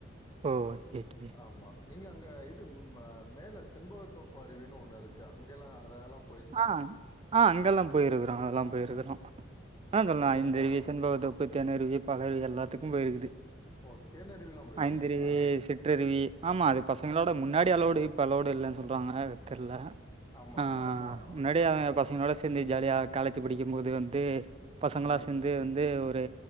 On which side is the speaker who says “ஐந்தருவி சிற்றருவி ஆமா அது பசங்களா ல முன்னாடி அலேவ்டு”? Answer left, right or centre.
Right